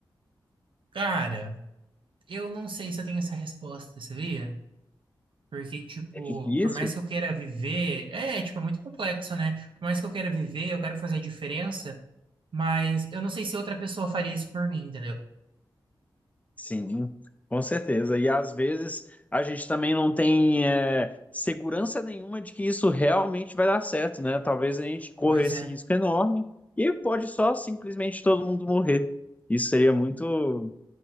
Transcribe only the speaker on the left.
É difícil.
Sim, com certeza. E às vezes a gente também não tem é, segurança nenhuma de que isso realmente vai dar certo, né? Talvez a gente corra
esse
risco enorme e pode só simplesmente todo mundo morrer. Isso seria muito